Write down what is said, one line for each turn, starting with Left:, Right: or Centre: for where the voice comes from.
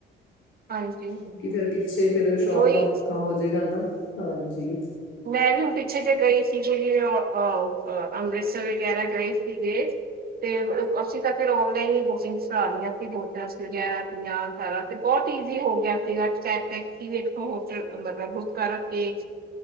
Right: ਹਾਂਜੀ।
Left: ਕਿਉਂਕਿ ਫੇਰ ਪਿੱਛੇ ਫੇਰ
Right: ਤੇ
Left: ਸ਼ੋਪ
Right: ਉਹੀ
Left: ਦਾ ਔਖਾ ਹੋਜੇਗਾ ਹਨਾ। ਹਾਂਜੀ।
Right: ਮੈਂ ਵੀ ਹੁਣ ਪਿੱਛੇ ਜੇ ਗਈ ਸੀ, ਓ ਅੰਮ੍ਰਿਤਸਰ ਵਗੈਰਾ ਗਈ ਸੀਗੇ। ਤੇ ਅਸੀਂ ਤਾਂ ਫੇਰ ਔਨਲਾਈਨ ਹੀ ਬੁਕਿੰਗ ਕਰਾਲੀਆ ਸੀ ਹੋਟਲ ਵਗੈਰਾ। ਸਾਰਾ ਤੇ ਬਹੁਤ ਈਜ਼ੀ ਹੋ ਗਿਆ ਸੀਗਾ, ਚੈਕ ਐਕਟੀਵੇਟ ਓ ਹੋਟਲ ਮਤਲਬ ਬੁੱਕ ਕਰ ਕੇ